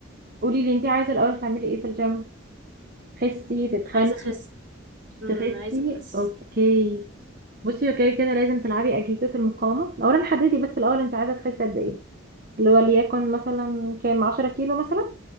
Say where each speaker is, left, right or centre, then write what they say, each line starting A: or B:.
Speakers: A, on the right (about 45°); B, on the right (about 65°).
A: قولي لي انت عايزة الاول تعملي ايه في الجيم؟ تخسي تتخني
B: عايزة اخس امم
A: تخسي
B: عايزة اخس
A: اوكي بصي اوكي كده لازم تلعبي اجهزة المقاومة اولا حددي بس الاول انت عايزة تخسي قد ايه اللي هو ليكن مثلا كام 10 كيلو مثلا